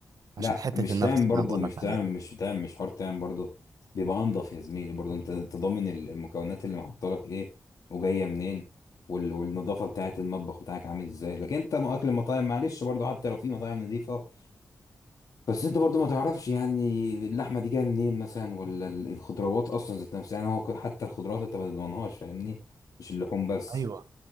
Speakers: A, on the left (about 75°); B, on the right (about 75°).
A: لا
B: عشان حته
A: مش
B: النفس
A: تام برضو
B: اللي انا بقول
A: مش
B: لك
A: تام
B: عليها
A: مش تام مش حوار تام برضو بيبقى انضف يا زميلي برضو انت انت ضامن ال- المكونات اللي محطلك ايه وجايه منين وال- والنظافه بتاعه المطبخ بتاعك عامل ازاي لكن انت اكل المطاعم معلش برضو حتى لو في مطاعم نظيفه بس انت برضو ما تعرفش يعني اللحمه دي جايه منين مثلا ولا ال- الخضروات اصلا ذات نفسها يعني هو ك- حتى الخضروات انت ما تضمنهاش فاهمني مش اللحوم بس
B: ايوه